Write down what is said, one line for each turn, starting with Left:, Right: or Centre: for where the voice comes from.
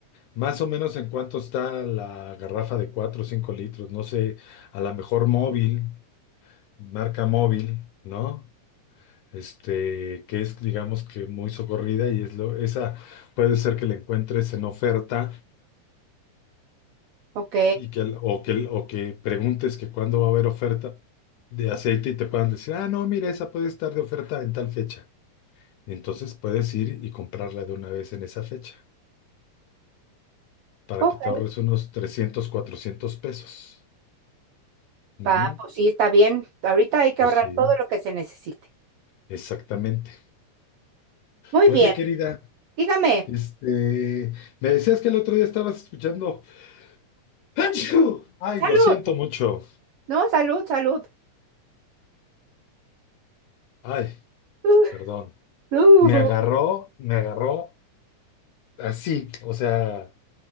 Left: más o menos en cuánto está la garrafa de 4 o 5 litros, no sé, a lo mejor móvil, marca móvil, ¿no? Este, que es, digamos que muy socorrida y es lo, esa puede ser que la encuentres en oferta
Right: Ok,
Left: Y que, al- o que, o que preguntes que cuándo va a haber oferta de aceite y te puedan decir, ah, no, mira, esa puede estar de oferta en tal fecha. Entonces puedes ir y comprarla de una vez en esa fecha para
Right: ok.
Left: que te ahorres unos trescientos cuatrocientos pesos. Ujú,
Right: Pa, pues sí, está bien. Ahorita hay que
Left: Pues
Right: ahorrar
Left: sí,
Right: todo lo que se necesite.
Left: exactamente.
Right: Muy
Left: Oye,
Right: bien,
Left: querida,
Right: dígame.
Left: este, me decías que el otro día estabas escuchando. <laughs> ¡Achú! Ay,
Right: Salud.
Left: lo siento mucho.
Right: No, salud, salud.
Left: Ay,
Right: <laughs>
Left: perdón.
Right: Uh, uh,
Left: Me agarró, me agarró así, o sea.